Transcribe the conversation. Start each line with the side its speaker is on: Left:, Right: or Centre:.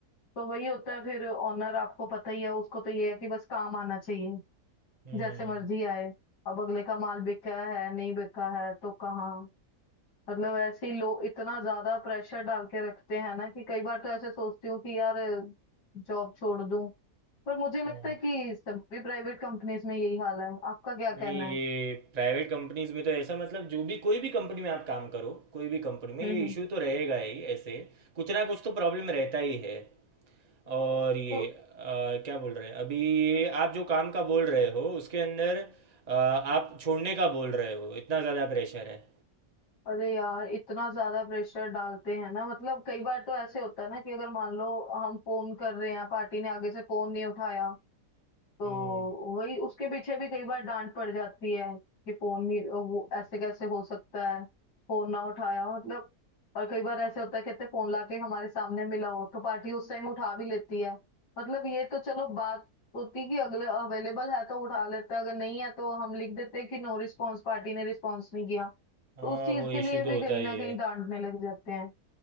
Left: तो वही होता है फिर ऑनर आपको पता ही है उसको तो ये है कि बस काम आना चाहिए
Right: हम्म
Left: जैसे मर्जी आए अब अगले का माल बिका है नहीं बिका है तो कहाँ मतलब ऐसे ही लोग इतना ज्यादा प्रेशर डाल के रखते हैं ना कि कई बार तो ऐसे सोचती हूँ कि यार जॉब छोड़ दूं पर मुझे लगता
Right: हाँ।
Left: है कि सभी प्राइवेट कंपनीज में यही हाल है आपका क्या कहना
Right: नहीं ये
Left: है
Right: प्राइवेट कंपनीज में तो ऐसा मतलब जो भी कोई भी कंपनी में आप काम करो कोई भी कंपनी में
Left: हम्म
Right: ये
Left: हम्म
Right: इशू तो रहेगा ही ऐसे कुछ ना कुछ तो प्रॉब्लम रहता ही है और ये
Left: तो
Right: अ, क्या बोल रहे हैं अभी ये आप जो काम का बोल रहे हो उसके अंदर अ, आप छोड़ने का बोल रहे हो इतना ज़्यादा प्रेशर है
Left: अरे यार इतना ज्यादा प्रेशर डालते हैं ना मतलब कई बार तो ऐसे होता है ना कि अगर मान लो हम फोन कर रहे हैं पार्टी ने आगे से फोन नहीं उठाया तो
Right: हम्म
Left: वही उसके पीछे भी कई बार डांट पड़ जाती है कि फोन नहीं वो ऐसे कैसे हो सकता है फोन ना उठाया हो मतलब और कई बार ऐसे होता है कहते फोन लाके हमारे सामने मिला हो तो पार्टी उस टाइम उठा भी लेती है मतलब ये तो चलो बात होती कि अगले अवेलेबल है तो उठा लेते हैं अगर नहीं है तो हम लिख देते हैं कि नो रिस्पॉन्स पार्टी ने रिस्पॉन्स नहीं किया
Right: हाँ
Left: तो उस चीज
Right: वो इशू
Left: के लिए भी
Right: तो होता
Left: कहीं
Right: ही
Left: ना
Right: है
Left: कहीं डांटने लग जाते हैं